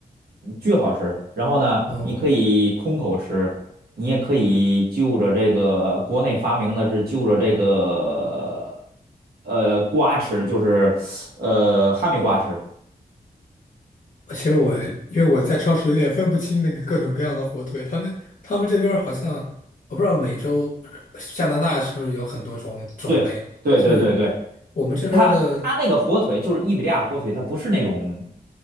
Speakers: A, on the right; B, on the left.
A: 巨好吃。然后呢，
B: 嗯。
A: 你可以空口吃，你也可以就着这个国内发明的是就着这个呃瓜吃，就是呃哈密瓜吃。
B: 其实我因为我在超市有点分不清那个各种各样的火腿，他们他们这边儿好像我不知道美洲加拿大是不是有很多种种类，
A: 对对对对对。
B: 就是我们这边儿的
A: 他他那个火腿就是伊比利亚火腿，它不是那种，